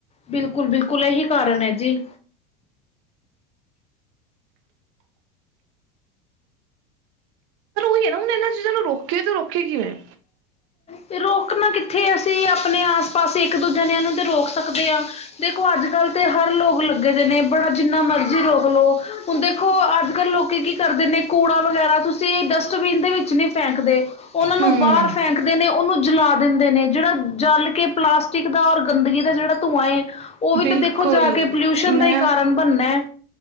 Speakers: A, on the left; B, on the right.
A: ਬਿਲਕੁਲ-ਬਿਲਕੁਲ ਇਹੀ ਕਾਰਨ ਹੈ ਜੀ।
B: ਓਹੀ ਹੈ ਨਾ ਹੁਣ ਇਹਨਾਂ ਚੀਜ਼ਾਂ ਨੂੰ ਰੋਕੇੇ ਤੇ ਰੋਕੇ ਕਿਵੇਂ?
A: ਤੇ ਰੋਕਣਾ ਕਿੱਥੇ ਅਸੀਂ ਆਪਣੇ ਆਸ ਪਾਸ ਇੱਕ- ਦੋ ਜਣਿਆਂ ਨੂੰ ਤੇ ਰੋਕ ਸਕਦੇ ਹਾਂ। ਦੇਖੋ ਅੱਜ ਕੱਲ ਤੇ ਹਰ ਲੋਕ ਲੱਗੇ ਦੇ ਨੇ ਬੜਾ ਜਿੰਨਾ ਮਰਜ਼ੀ ਰੋਕ ਲਓ। ਹੁਣ ਦੇਖੋ ਅੱਜ ਕੱਲ ਲੋਕੀ ਕੀ ਕਰਦੇ ਨੇ ਕੂੜਾ ਵਗੈਰਾ ਤੁਸੀਂ ਡਸਟ ਬੀਨ ਦੇ ਵਿੱਚ ਨਹੀਂ ਫੇਕਦੇ। ਉਹਨਾਂ ਨੂੰ
B: ਹਮ
A: ਬਾਹਰ ਫੈਕ ਦੇ ਨੇ ਉਹਨੂੰ ਜਲਾ ਦਿੰਦੇ ਨੇ ਜਿਹੜਾ ਜਲ ਕੇ ਪਲਾਸਟਿਕ ਦਾ ਔਰ ਗੰਦਗੀ ਦਾ ਜਿਹੜਾ ਧੂੰਆਂ ਏ ਉਹ ਵੀ
B: ਬਿਲਕੁਲ
A: ਤਾਂ ਦੇਖੋ ਜਾ ਕੇ ਪੋਲਿਊਸ਼ਨ
B: ਮੈਂ
A: ਦਾ ਹੀ ਕਾਰਨ ਬਣਨਾ ਐ।